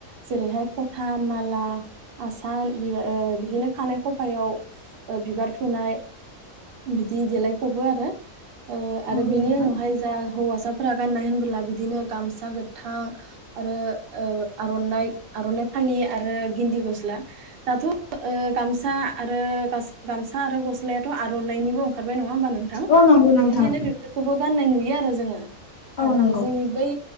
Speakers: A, on the right; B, on the left.
A: जेरैहाय खथा माला आसान बिबार ओ बिदिनो खानाय खफायाव बिबार थुनाय बिदि देलायफबो आरो ओ
B: नंगौ
A: आरो बिनि
B: नोंथां
A: उनावहाय जा हौवासाफोरा गाननाय होनबोला बिदिनो गामसा गोथां आरो ओ आरनाइ आरनाइ फालि आरो गिन्दि गस दाथ ओ गामसा आरो गामसा आरो गस्लायाथ आरनाइनिबो ओंखारबाय नङा होमबा नोंथां बेनिखायनो
B: औ नंगौ नोंथां
A: बेफोरखौबो गान्नाय नुयो आरो जोङो
B: औ
A: आरो
B: नंगौ
A: जोंनि बै